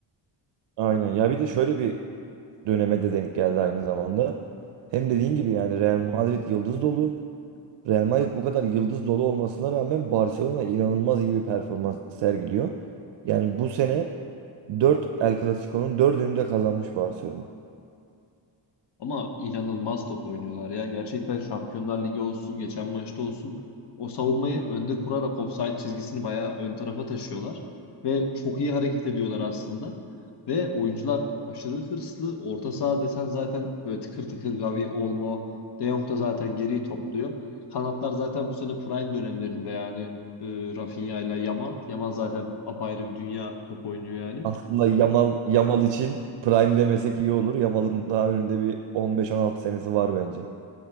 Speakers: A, on the right; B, on the left.
A: Aynen. Ya bir de şöyle bir döneme de denk geldi aynı zamanda. Hem dediğin gibi yani Real Madrid yıldız dolu. Real Madrid bu kadar yıldız dolu olmasına rağmen Barcelona inanılmaz iyi bir performans sergiliyor. Yani bu sene 4 El Clasico'nun 4'ünü de kazanmış Barcelona.
B: Ama inanılmaz top oynuyorlar ya. Gerçekten Şampiyonlar Ligi olsun, geçen maçta olsun. O savunmayı önde kurarak ofsayt çizgisini bayağı ön tarafa taşıyorlar. Ve çok iyi hareket ediyorlar aslında. Ve oyuncular aşırı hırslı. Orta saha desen zaten böyle tıkır tıkır Gavi, Olmo, De Jong da zaten geriyi topluyor. Kanatlar zaten bu sene prime dönemlerinde yani e, Rafinha ile Yamal. Yamal zaten apayrı bir dünya top oynuyor yani.
A: Aslında Yamal Yamal için prime demesek iyi olur. Yamal'ın daha önünde bir 15-16 senesi var bence.